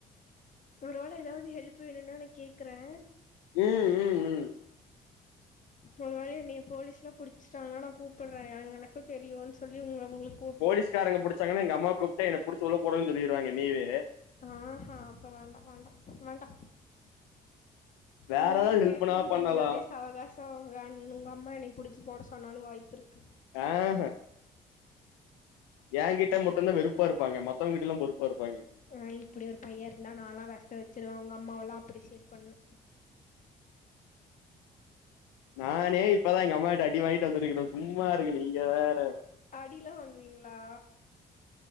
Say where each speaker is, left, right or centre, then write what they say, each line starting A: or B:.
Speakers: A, on the left; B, on the left.
A: ஒரு வேல ஏதாவது ஹெல்ப் வேணும்ன்னா நா கேக்கறே
B: ம் ம் ம்
A: ஒரு வேல என்னைய போலீஸ்ல்லா புடிச்சட்டாங்கன்னா நா கூப்பற்றே அங்கன எனக்கு தெரியுன்னு சொல்லி உங்க உங்களுக்
B: போலீகாரங்க புடிச்சாங்கானா எங்க அம்மா கூப்பிட்டே என்ன புடிச்சு உள்ள போடகன்னு சொல்லிடுவாங்க என்னையவே
A: ஆஹோ அப்போ வேண்டா வேண்டா வேண்டா
B: வேற
A: உங்ககிட்ட
B: ஏதாவது
A: பேசறன்
B: ஹெல்ப்னா பண்ணலா
A: தெரிஞ்சாலே அவகாச வேண் உங்க அம்மா என்னைய புடிச்சு போட சொன்னாலு வாய்ப்பு இருக்கு
B: ஆ ஹ ஏ கிட்ட மட்டுந்தா வெறுப்பா இருப்பாங்க மத்தவங்க கிட்ட எல்லா பொறுப்பா இருப்பாய்ங்க
A: ஆ இப்டி ஒரு பைய இருந்தா நலா விஷோ வெச்சுருவே உங்க அம்மாவெல்லா அப்டிசைட் பண்ணு
B: நானே இப்பதா எங்க ம்மா கிட்ட அடி வாங்கிட்டு வந்திருக்கே சும்மா இருங்க நீங்க வேற
A: அடியிலா வாங்குவீங்ளா